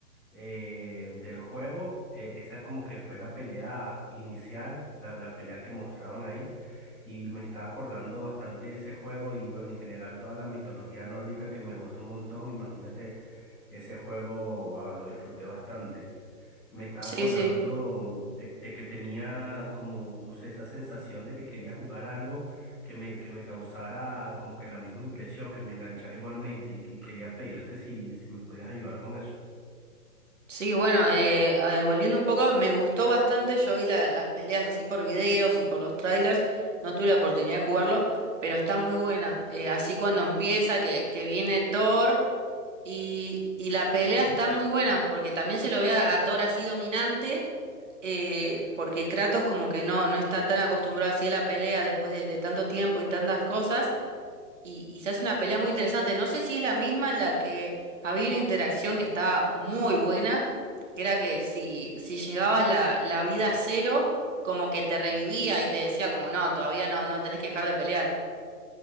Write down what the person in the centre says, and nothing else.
eh, del juego, eh, esa como que fue la pelea inicial, la, la pelea que mostraban ahí, y me estaba acordando bastante de ese juego y bueno, en general toda la mitología nórdica que me gustó un montón, imagínate, ese juego, wow, lo disfruté bastante. Me estaba
acordando
mm, de, de que tenía como, no sé, esa sensación de que quería jugar algo que me, que me causara como que la misma impresión, que me enganchara igualmente y, y quería pedirte si, si me podías ayudar con eso.